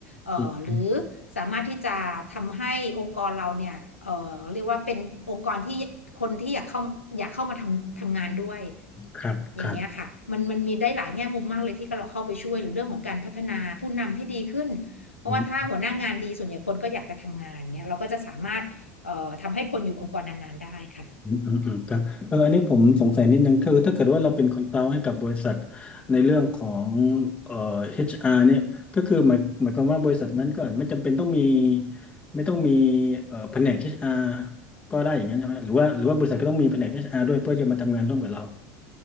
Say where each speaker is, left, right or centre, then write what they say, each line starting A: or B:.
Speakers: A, on the left (about 85°); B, on the left (about 20°).
A: เอ่อหรือสามารถที่จะทำให้องค์กรเราเนี่ยเอ่อเรียกว่าเป็นองค์กรที่คนที่อยากเข้าอยากเข้ามาทำทำงานด้วย
B: อืมครับครับ
A: อย่างเงี้ยค่ะมันมันมีได้หลายแง่มุมมากเลยที่เราเข้าไปช่วยหรือเรื่องของการพัฒนาผู้นำให้ดีขึ้นเพราะว่าถ้าหัวหน้างานดีส่วนใหญ่คนก็อยากจะทำงานเงี้ยเราก็จะสามารถเอ่อทำให้คนอยู่กับองค์กรนานๆได้ค่ะ
B: อืม อืมอืมอืมครับเอออันนี้ผมสงสัยนิดนึงคือถ้าเกิดว่าเราเป็นคอนซัลท์ให้กับบริษัทในเรื่องของเอ่อ HR เนี่ยก็คือหมายหมายความว่าบริษัทนั้นก็อาจไม่จำเป็นต้องมีไม่ต้องมีเอ่อแผนก HR ก็ได้อย่างนั้นใช่ไหมหรือว่าหรือว่าบริษัทก็ต้องมีแผนก HR ด้วยเพื่อจะมาทำงานร่วมกับเรา